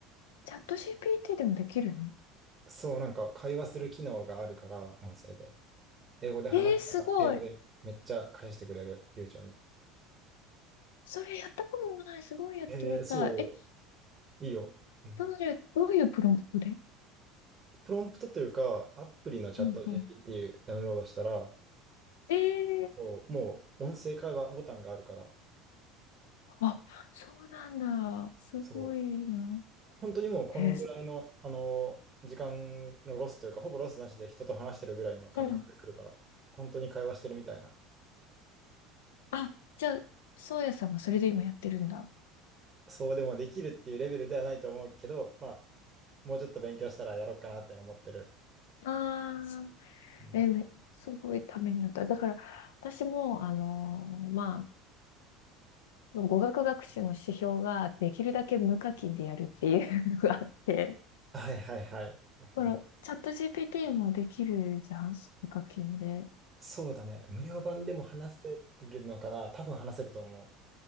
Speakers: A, on the left; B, on the right.
A: チャット GPT でもできるの
B: そう、なんか会話する機能があるから、音声で。英語で話したら、
A: えー、すごい。
B: 英語でめっちゃ返してくれる、流暢に。
A: それやったことない。すごいやってみたい。
B: へえ、そう、
A: え、
B: いいよ。うん
A: どういう、どういうプロンプトで
B: プロンプトというか、アプリのチャット
A: うんうん。
B: GPT ダウンロードしたら、
A: え
B: そう、
A: ー、
B: もう音声会話ボタンがあるから、
A: あ、そうなんだ。すごいな。
B: そう、本当にもうこのぐらいの、
A: えーそ
B: あの、時間のロスというか、ほぼロスなしで人と話してるぐらいの感覚で来るから、
A: うん。
B: 本当に会話してるみたいな。
A: あ、じゃあ、そうやさんはそれで今やってるんだ。
B: そうでもできるっていうレベルではないと思うけど、まあ、もうちょっと勉強したらやろうかなって思ってる。
A: ああ、
B: うん
A: え、めすごいためになった。だから、私も、あのーまあ、その語学学習の指標ができるだけ無課金でやるっていうのがあって、
B: はいはいはい。
A: このチャット
B: うん
A: GPT もできるじゃん、無課金で。
B: そうだね。無料版でも話せてるのかな多分話せると思う。